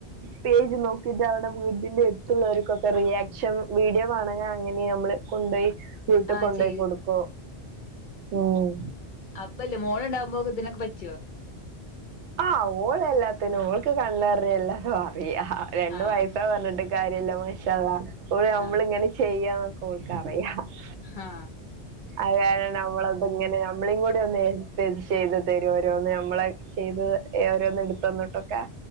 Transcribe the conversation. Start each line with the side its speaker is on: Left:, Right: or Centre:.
Right: പേജ് നോക്കിട്ട് അവിടം- വീടിന്റെ അടുത്തുള്ളവർക്കൊക്കെ റിയാക്ഷൻ വീഡിയോ വേണോങ്കി അങ്ങനെ അങ്ങനെ നമ്മള്- കൊണ്ടപോയി വീട്ടിൽ
Left: ആഹ്
Right: കൊണ്ടോയി
Left: ചെയ്
Right: കൊടുക്കും ഉം
Left: അപ്പയില്ലേ മോളുണ്ടാകുമ്പോക്ക ഇതിനൊക്കെ പറ്റുവോ
Right: ആഹ് ഓൾ എല്ലാത്തിനും ഓൾക്ക് <unintelligible> അറിയ രണ്ടു
Left: ആഹ്
Right: വയസ് ഇപ്പ പറഞ്ഞിട്ട് കാര്യമില്ല മാഷ അള്ളാ നമ്മള്
Left: ആഹ്
Right: ഇങ്ങനെ ചെയ്യാന്നൊക്കെ ഓൾക്കറിയാം <inaudible>
Left: ആഹ്
Right: അതാണ് നമ്മളെ കുഞ്ഞിന് നമ്മളെയും കൂടി ഒന്ന് ഹെൽപ് ചെയ്ത് തരുരോന്ന് <unintelligible> നമ്മളെ ചെയ്ത് ഓരോന്ന് എടുത്തു അങ്ങോട്ട് ഒക്കെ